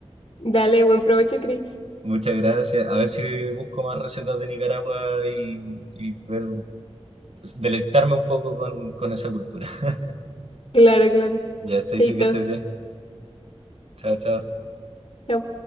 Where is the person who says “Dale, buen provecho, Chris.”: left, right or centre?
Left